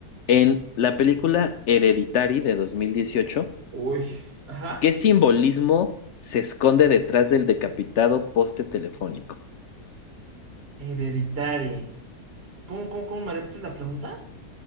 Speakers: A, on the left; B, on the right.
A: en la película Hereditary de 2018,
B: Uy, ajá.
A: ¿qué simbolismo se esconde detrás del decapitado poste telefónico?
B: Hereditaria. ¿Cómo, cómo, cómo me repites la pregunta?